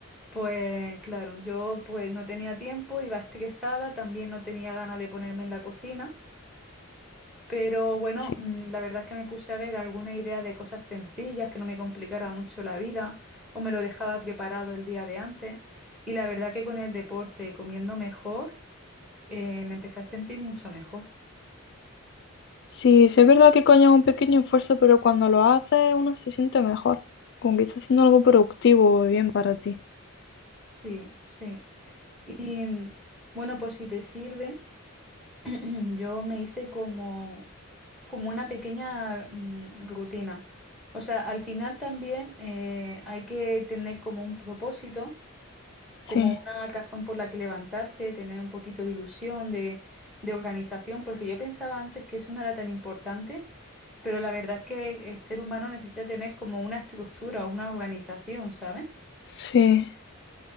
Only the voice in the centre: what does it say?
Pues claro, yo pues no tenía tiempo, iba estresada, también no tenía ganas de ponerme en la cocina. Pero bueno,
mm, la verdad es que me puse a ver alguna idea de cosas sencillas que no me complicara mucho la vida o me lo dejaba preparado el día de antes. Y la verdad que con el deporte, comiendo mejor, eh, me empecé a sentir mucho mejor.
Sí, sí. Y mm, bueno, pues si te sirve, <clears throat> yo me hice como, como una pequeña mm, rutina. O sea, al final también eh, hay que tener como un propósito
como una razón por la que levantarte, tener un poquito de ilusión, de, de organización, porque yo pensaba antes que eso no era tan importante, pero la verdad es que el ser humano necesita tener como una estructura, una organización, ¿sabes?